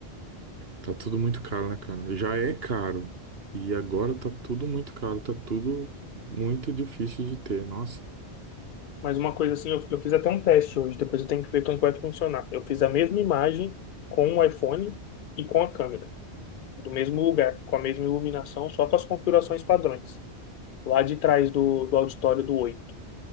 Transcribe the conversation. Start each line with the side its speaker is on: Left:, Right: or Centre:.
Right: Tá tudo muito caro, né, cara? Já é caro. E agora tá tudo muito caro, tá tudo muito difícil de ter. Nossa,
Left: Mas uma coisa assim, eu, eu fiz até um teste hoje, depois eu tenho que ver como vai funcionar. Eu fiz a mesma imagem com o iPhone e com a câmera, do mesmo lugar, com a mesma iluminação, só com as configurações padrões, lá de trás do, do auditório do Oi.